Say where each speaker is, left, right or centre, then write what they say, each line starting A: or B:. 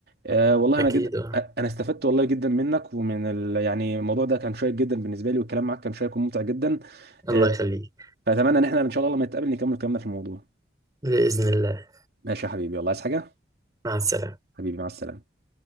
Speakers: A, on the right; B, on the right.
A: أه والله
B: اكيد
A: انا جد
B: اه
A: انا استفدت والله جدا منك ومن ال... يعني الموضوع ده كان شيق جدا بالنسبه لي والكلام معاك كان شيق وممتع جدا
B: الله
A: أه
B: يخليك
A: فاتمنى ان احنا ان شاء الله لما نتقابل نكمل كلامنا في الموضوع
B: بإذن الله
A: ماشي يا حبيبي والله عايز حاجه
B: مع السلامة
A: حبيبي مع السلامه